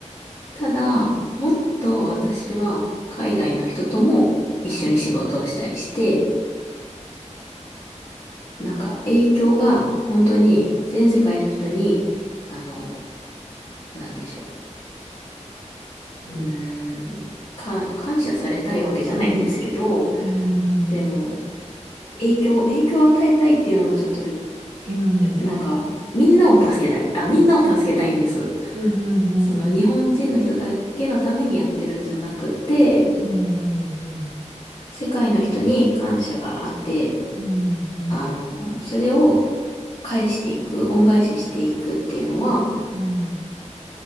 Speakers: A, on the left; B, on the right.
A: ただ、もっと私は海外の人とも一緒に仕事をしたりして、なんか影響が本当に全世界の人に、あの、なんでしょう。
B: うん、
A: うーん、か、感謝されたいわけじゃないんですけど、
B: うん、
A: でも、
B: うん、
A: 影響、影響を与えたいっていうのもちょっと、
B: うん、
A: なんか、みんなを助けたい。あ、みんなを助けたいんです。
B: うん、うん、うん、
A: その、
B: うん、
A: 日本人の人だけのためにやってるんじゃなくて、
B: うん、
A: 世界の人に感謝があって、
B: うん、うん、
A: あの、それを返していく、恩返ししていくっていうのは、
B: うん。